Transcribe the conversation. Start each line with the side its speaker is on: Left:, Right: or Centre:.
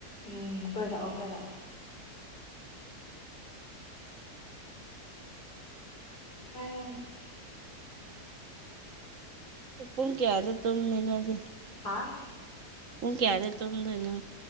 Left: ꯎꯝ ꯀꯣꯏꯔꯛꯑꯣ ꯀꯣꯏꯔꯛꯑꯣ <unintelligible>
Right: ꯄꯨꯡ ꯀꯌꯥꯗ ꯇꯨꯝꯃꯤ ꯅꯣꯏꯗꯤ
Left: ꯍꯥꯥ
Right: ꯄꯨꯡ ꯀꯌꯥꯗ ꯇꯨꯝꯗꯣꯏꯅꯣ